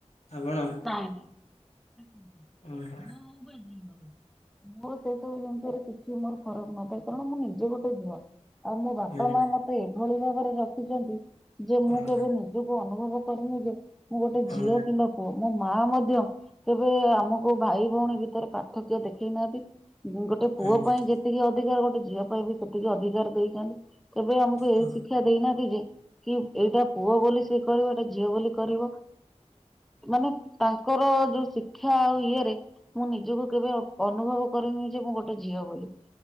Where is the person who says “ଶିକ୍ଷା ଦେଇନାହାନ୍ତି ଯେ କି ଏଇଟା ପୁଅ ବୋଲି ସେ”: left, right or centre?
Centre